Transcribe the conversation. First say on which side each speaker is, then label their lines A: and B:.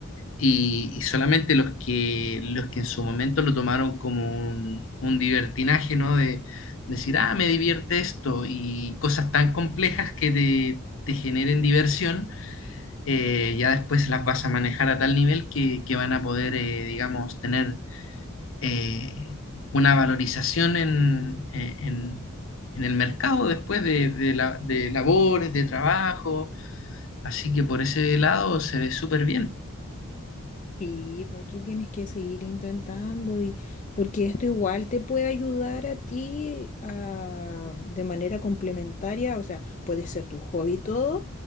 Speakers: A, on the left; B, on the left.
A: y, y solamente los que, los que en su momento lo tomaron como un, un divertinaje, ¿no? De decir, ah, me divierte esto y cosas tan complejas que te, te generen diversión, eh, ya después las vas a manejar a tal nivel que, que van a poder, eh, digamos, tener eh, una valorización en, eh, en- en el mercado después de, de la- de labores, de trabajo. Así que por ese lado se ve súper bien.
B: Sí, pues tú tienes que seguir intentando y porque esto igual te puede ayudar a ti a- de manera complementaria, o sea, puede ser tu hobby y todo,